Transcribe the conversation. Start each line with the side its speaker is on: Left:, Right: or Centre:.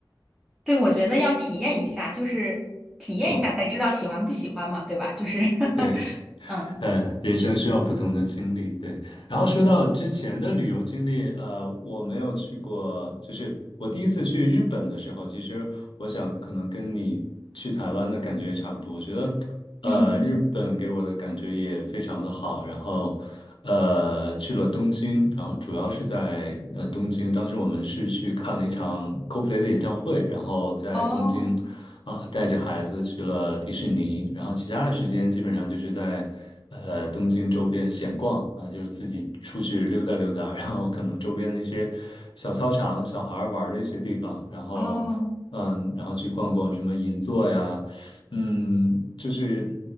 Centre: 对，我觉得要体验一下，就是体验一下才知道喜欢不喜欢嘛，
Left: 没错，
Centre: 对吧？就是
Left: 对，
Centre: <laughs> 嗯
Left: 嗯，人生需要不同的经历，对。然后说到之前的旅游经历，呃，我没有去过，就是我第一次去日本的时候，其实我想可能跟你去台湾的感觉也差不多。我觉得，呃，
Centre: 嗯，
Left: 日本给我的感觉也非常的好。然后，呃，去了东京，然后主要是在呃东京，当时我们是去看了一场 Coldplay 的演唱会，然后在东京。
Centre: 哦
Left: 啊，带着孩子去了迪士尼，然后其他的时间基本上就是在呃东京周边闲逛啊，就是自己出去溜达溜达，然后可能周边的一些小操场、小孩儿玩儿的一些地方，然后嗯，
Centre: 哦
Left: 然后去逛逛什么银座呀，嗯，就是